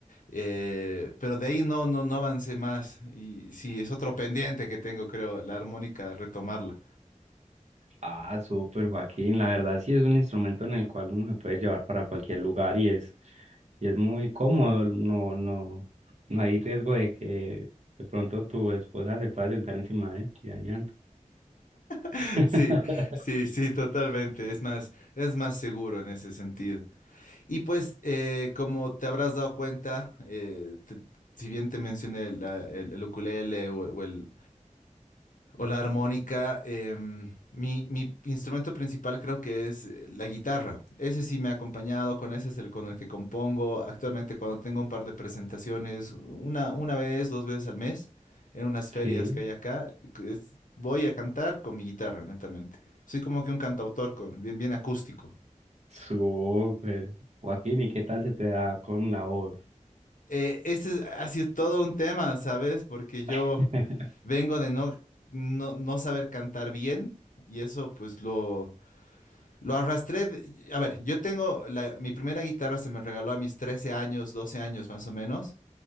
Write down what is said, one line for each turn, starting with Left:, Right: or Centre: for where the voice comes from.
Left: eh, pero de ahí no, no, no avancé más. Y sí, es otro pendiente que tengo, creo, la armónica, retomarla.
Right: Ah, súper, Joaquín. La verdad sí es un instrumento en el cual uno se puede llevar para cualquier lugar y es, y es muy cómodo. No, no, no hay riesgo de que de pronto tu esposa se pueda sentar encima de él y dañar.
Left: <laughs>
Right: <laughs>
Left: Sí, sí, sí, totalmente. Es más, es más seguro en ese sentido. Y pues, eh, como te habrás dado cuenta, eh, te- si bien te mencioné la- el, el ukulele o, o el o la armónica. em, mi, mi instrumento principal creo que es eh, la guitarra. Ese sí me ha acompañado, con ese es el con el que compongo actualmente cuando tengo un par de presentaciones, una, una vez, dos veces al mes, en unas ferias
Right: Sí,
Left: que hay acá. que es- voy a cantar con mi guitarra, netamente. Soy como que un cantautor con, bien, bien acústico.
Right: súper. Joaquín, ¿y qué tal se te da con la voz?
Left: Eh, este es- ha sido todo un tema, ¿sabes? Porque yo
Right: <laughs>
Left: vengo de no, no, no saber cantar bien y eso pues lo Lo arrastré, de- a ver, yo tengo, la- mi primera guitarra se me regaló a mis 13 años, 12 años más o menos,